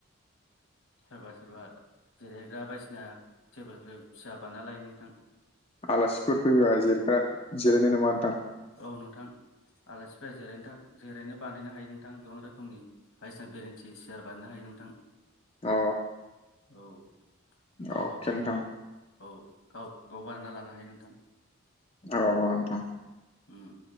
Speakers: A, on the left; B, on the left.
A: सोरबा सोरबा। जिरायग्रा बायदिसिना टेबोलफोर फिसा बानना लायो नोंथां।
B: आलासिफोर फैबा जिरग्रा जिरायनाय नङा नोंथां
A: औ नोंथां आलासि फै जनो जिरायनो बानायनो हायो नोंथां गोबां रोखोमनि। बायसिना बेरेन्टि सेयार बानायनो हायो नोंथां।
B: अ
A: औ गावबा
B: अके
A: गाव
B: नोंथां
A: न'आव औ गाव गाव बानायना लानो हायो नोंथां।
B: औ ओ नोंथां
A: ओम